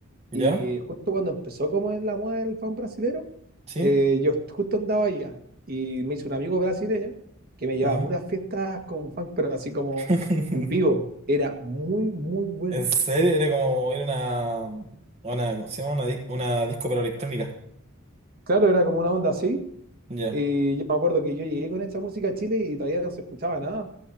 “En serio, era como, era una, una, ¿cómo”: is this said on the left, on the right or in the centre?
Right